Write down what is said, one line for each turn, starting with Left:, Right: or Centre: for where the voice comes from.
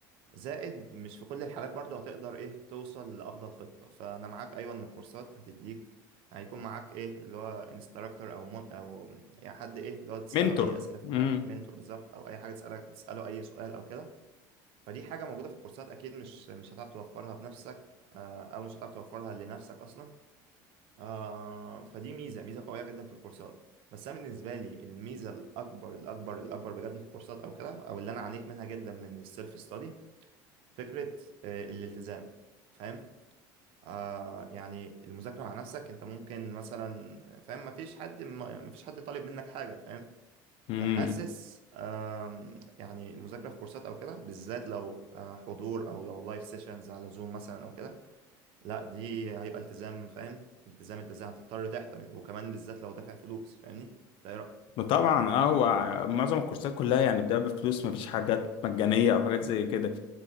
Right: زائد مش في كل الحالات برضو هتقدر ايه توصل لأفضل خطة فأنا معاك أيوة إن الكورسات هتديك هيكون معاك ايه اللي هو انستراكتور او مون او يعني حد ايه اللي هو تسأله
Left: منتور
Right: أي أسئلة في
Left: امم
Right: دماغك منتور بالظبط أو أي حاجة تسألك تسأله أي سؤال أو كده فدي حاجة موجودة في الكورسات أكيد مش مش هتعرف توفرها بنفسك آه، أو مش هتعرف توفرها لنفسك أصلا آه، فدي ميزة ميزة قوية جدا في الكورسات بس انا بالنسبه لي الميزه الاكبر الاكبر الاكبر بجد في الكورسات او كده او اللي انا عانيت منها جدا من السيلف ستادي فكرة آه، الالتزام فاهم آه يعني المذاكرة مع نفسك انت ممكن مثلا فاهم مفيش حد ما- مفيش حد طالب منك حاجة فاهم فحاسس
Left: امم
Right: آم، يعني المذاكرة في كورسات او كده بالذات لو آه، حضور او لو لايف سيشنز على زوم مثلا او كده لا دي هيبقى التزام فاهم التزام التزام هتضطر تحضر وكمان بالذات لو دافع فلوس فاهمني ده ايه
Left: طبعا اه هو معظم الكورسات كلها يعني بتبقى بفلوس مفيش حاجات مجانية او حاجات زي كده